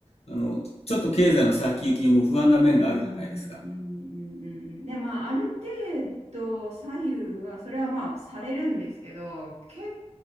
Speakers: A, on the left (about 65°); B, on the right (about 75°).
A: あの、ちょっと経済の先行きも不安な面があるじゃないですか。
B: うんうんうんうんうんで、まあ、ある程度左右は、それはまあ、されるんですけど、結